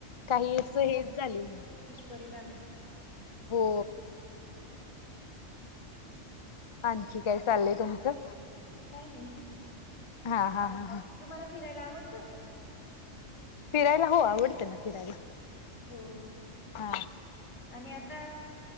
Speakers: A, on the left (about 55°); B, on the left (about 80°).
A: काही असं हेच झाले नाही.
B: परिणामी.
A: हो. आणखी काय चाललंय तुमचं?
B: काही नाही.
A: हा हा हा हा.
B: तुम्हाला फिरायला आवडतं.
A: फिरायला हो आवडते ना फिरायला.
B: हो
A: हम्.
B: आणि आता